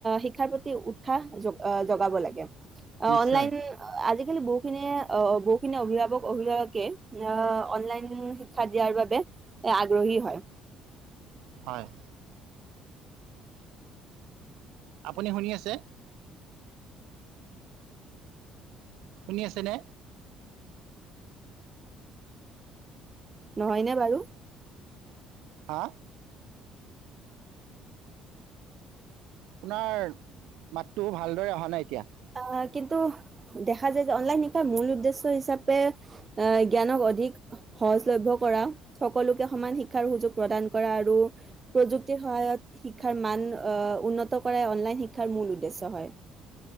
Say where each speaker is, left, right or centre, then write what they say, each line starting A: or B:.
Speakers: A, on the right; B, on the right.
A: শিক্ষাৰ প্ৰতি উৎসাহ জ জগাব লাগে অ
B: নিশ্চয়
A: অনলাইন আজি আজিকালি বহুখিনিয়ে অ বহুখিনি অভিভাৱক অভিভাৱকে অ অনলাইন শি শিক্ষা দিয়াৰ বাবে এ আগ্ৰহী হয়
B: হয় আপুনি শুনি আছে শুনি আছে নে
A: নহয়নে বাৰু
B: হা আপোনাৰ মাতটো ভালদৰে অহা নাই এতিয়া
A: আহ কিন্তু দেখা যায় যে অনলাইন শিক্ষাৰ মূল উদ্দেশ্য হিচাপে জ্ঞানক অধিক সহজলভ্য কৰা সকলোকে সমান শিক্ষাৰ সুযোগ প্ৰদান কৰা আৰু প্ৰযুক্তিৰ সহায়ত শিক্ষাৰ মান আ উন্নত কৰাই অনলাইন শিক্ষাৰ মূল উদ্দেশ্য হয়